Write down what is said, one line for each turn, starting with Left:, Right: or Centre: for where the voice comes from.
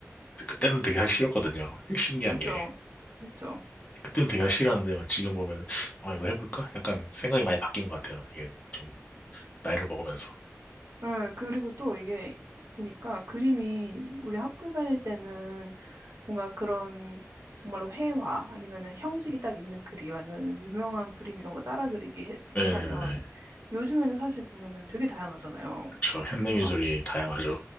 Left: 그때는 되게 하기 싫었거든요. 신기한
Right: 그쵸.
Left: 게
Right: 그쵸.
Left: 그때는 되게 하기 싫었는데 막 지금 보면은 아 이거 해볼까? 약간 생각이 많이 바뀐 것 같아요. 이게 좀 나이를 먹으면서.
Right: 네, 그리고 또 이게 보니까 그림이 우리 학교 다닐 때는 뭔가 그런 정말로 회화 아니면은 형식이 딱 있는 그림 아니면은 유명한 그림 이런 거 따라 그리기 했-
Left: 네네네.
Right: 했다면 요즘에는 사실 보면은 되게 다양하잖아요.
Left: 그렇죠. 현대 미술이
Right: 막,
Left: 다양하죠.